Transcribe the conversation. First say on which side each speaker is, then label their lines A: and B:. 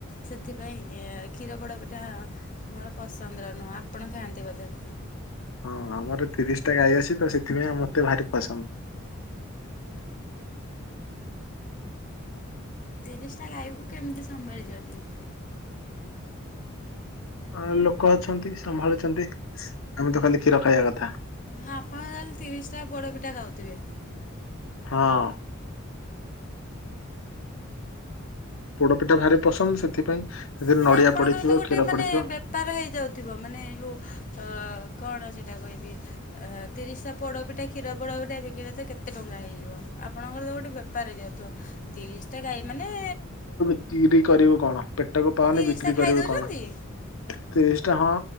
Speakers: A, on the left; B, on the left.
A: ସେଥିପାଇଁ, କ୍ଷୀର ପୋଡ଼ ପିଠା ମୋର ପସନ୍ଦର ନୁହଁ, ଆପଣ ଖାଆନ୍ତି ବୋଧେ?
B: ହଁ ଆମର ତିରିଶ ଟା ଗାଈ ଅଛି ତ, ସେଥିପାଇଁ ମତେ ଭାରି ପସନ୍ଦ।
A: ତିରିଶଟା ଗାଈକୁ କେମିତି ସମ୍ଭାଳିଚନ୍ତି?
B: ହଁ ଲୋକ ଅଛନ୍ତି ସମ୍ଭାଳୁଚନ୍ତି ଆମେ ତ ଖାଲି କ୍ଷୀର ଖାଇବା କଥା।
A: ହଁ ଆପଣ ତାହାଲେ ତିରିଶଟା ପୋଡ଼ପିଠା ଖାଉଥିବେ।
B: ହଁ। ପୋଡପିଠା ଭାରି ପସନ୍ଦ ସେଥିପାଇଁ ସେଥିରେ
A: ମାନେ
B: ନଡିଆ
A: ଆପଣଙ୍କରତ
B: ପଡିଥିବ
A: ଗୋଟେ
B: କ୍ଷୀର
A: ମାନେ
B: ପଡିଥିବ
A: ବେ ପାର ହେଇଯାଉଥିବ ମାନେ ଯୋଉ କଣ ସେଇଟା କହିବି। ତିରିଶଟା ପୋଡ଼ପିଠା କ୍ଷୀର ପୋଡ଼ପିଠା ବିକିଲେ ତ କେତେ ଟଙ୍କା ହେଇଯିବ। ଆପଣଙ୍କର ତ ଗୋଟେ ବେ ପାର ହେଇଯାଉଥିବ ତିରିଶଟା ଗାଈ ମାନେ
B: କି ବି କରିବୁ କଣ ପେଟକୁ ପାଉନି
A: ତିରିଶଟା
B: ବିକ୍ରି କରିବୁ
A: ଖାଇ ଦଉଛନ୍ତି
B: କଣ ତିରିଶଟା ହଁ